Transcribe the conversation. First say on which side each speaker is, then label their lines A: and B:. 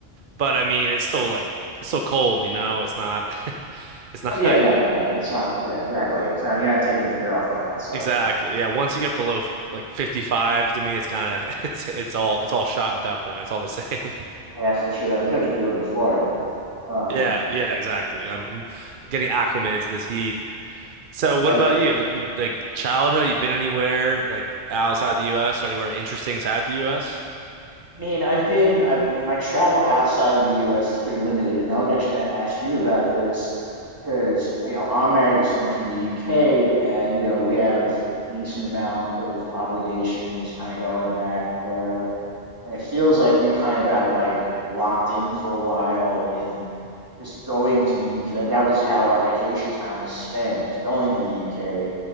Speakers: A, on the right; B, on the right.
A: But I mean, it's still like it's still cold, you know? It's not <laughs> it's not
B: Oh yeah, no, yeah. It's not yeah, exactly. It's not you're not taking your spirit off and going outside.
A: exactly. Yeah, once you get below like 55 to me, it's kind of <laughs> it's it's all it's all shot at that point. It's all the same. <laughs>
B: Yeah, for sure. I mean, especially if you live in Florida. Um,
A: Yeah, yeah, exactly. I'm, I'm getting acclimated to this heat. So what
B: right?
A: about you? Have, have you like childhood? You been anywhere like outside the U.S. or anywhere interesting inside the U.S.
B: I mean, I've been I've, my travel outside of the U.S. is pretty limited, and I was actually going to ask you about this because you know I'm married to someone from the U.K. and you know we have a decent amount of obligations kind of going back there, and it feels like we kind of got like locked in for a while in just going to the U.K. Like that was how our vacation time was spent, was going to the U.K.